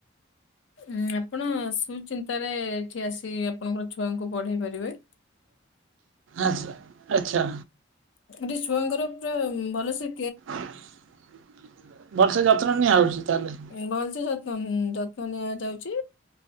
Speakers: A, on the left (about 65°); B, on the right (about 75°).
A: ଉଁ ଆପଣ ସୁଚିନ୍ତାରେ ଏଠି ଆସି ଆପଣଙ୍କର ଛୁଆଙ୍କୁ ବଢେଇ ପାରିବେ।
B: ଆଛା ଆଛା।
A: ସେଠି ଛୁଆଙ୍କର ପୁରାବରେସେ
B: ଭଲେସେ ଯତ୍ନ ନିଆହଉଛି ତାହେଲେ
A: ଭଲସେ ଯତ୍ନ ଯତ୍ନ ନିଆଯାଉଛି